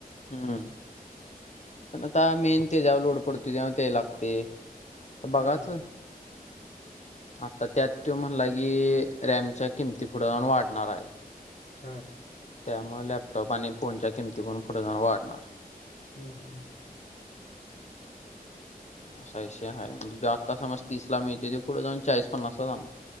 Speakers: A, on the left; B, on the left.
A: हम्म. पण आता मेन ते जेवा लोड पडतोय तेवा ते लागते. त बघाच.
B: हम्म
A: आता त्यात त्यो म्हणलाय की, रॅमच्या किंमती पुढे हून वाढणार आहेत.
B: हा
A: त्यामुळं लॅप टॉप आणि फोनच्या किमती पण, पुढं जाऊन वाढणारं.
B: हम्म हम्म.
A: असा ईषय हाय म्हणजे जे आत्ता समज तीसला मिळते ते पुढं जाऊन चाळीस पन्नास ला जाणारं.